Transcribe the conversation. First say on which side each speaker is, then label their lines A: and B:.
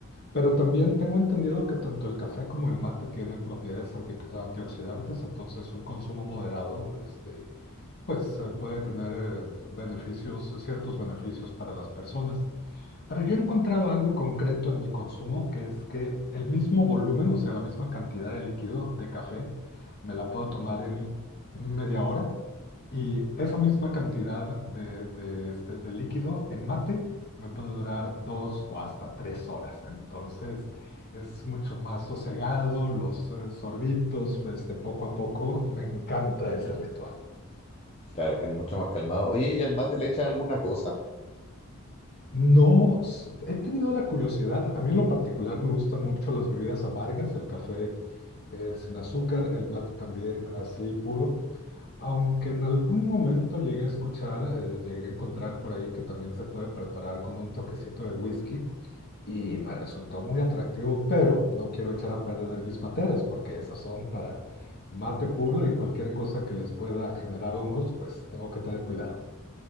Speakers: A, on the left (about 45°); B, on the left (about 30°).
A: Pero también tengo entendido que tanto el café como el mate tienen propiedades anti- antioxidantes, entonces un consumo moderado, este, pues eh, puede tener eh, beneficios, ciertos beneficios para las personas. Pero yo he encontrado algo concreto en mi consumo, que es que el mismo volumen, o sea, la misma cantidad de líquido de café, me la puedo tomar en media hora y esa misma cantidad de, de, este, de líquido en mate me puede durar dos o hasta tres horas. Entonces es mucho más sosegado, los eh, sorbitos, este, poco a poco. Me encanta ese ritual.
B: claro, es mucho más calmado. Oye, ¿y al mate le echas alguna cosa?
A: No, s- he tenido la curiosidad, a mí en lo particular me gustan mucho las bebidas amargas, el café eh, sin azúcar, el mate también así puro. Aunque en algún momento llegué a escuchar, eh, llegué a encontrar por ahí que también se puede preparar con un toquecito de whisky, y me resultó muy atractivo, pero no quiero echar a perder mis materas porque esas son para mate puro y cualquier cosa que les pueda generar hongos, pues tengo que tener cuidado.